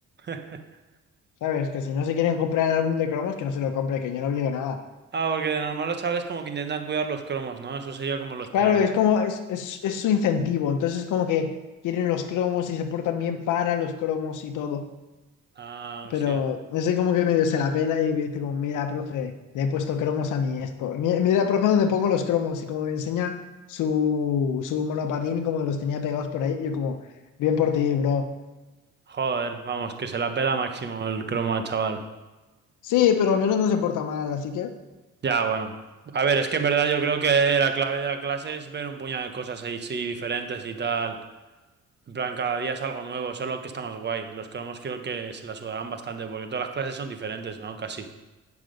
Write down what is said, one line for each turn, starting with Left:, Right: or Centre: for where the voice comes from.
Right: <laughs>
Left: ¿Sabes? Que si no se quieren comprar el álbum de cromos, que no se lo compre, que yo no obligo a nada.
Right: Ah, porque de normal los chavales como que intentan cuidar los cromos, ¿no? Eso sería como lo esperable.
Left: Claro, es como, es, es, es su incentivo. Entonces, como que quieren los cromos y se portan bien para los cromos y todo.
Right: Ah, hostia.
Left: Pero ese como que medio se la pela y me dice como, mira, profe, le he puesto cromos a mi esto. Mi- Mira, profe, dónde pongo los cromos y como me enseña su, su monopatín y como los tenía pegados por ahí. Yo como, bien por ti, bro.
Right: Joder, vamos, que se la pela máximo el cromo al chaval.
Left: Sí, pero al menos no se porta mal, así que...
Right: Ya, bueno. A ver, es que en verdad yo creo que la clave de la clase es ver un puñado de cosas ahí, sí, diferentes y tal. En plan, cada día es algo nuevo, eso es lo que está más guay. Los cromos creo que se la sudarán bastante porque todas las clases son diferentes, ¿no? Casi.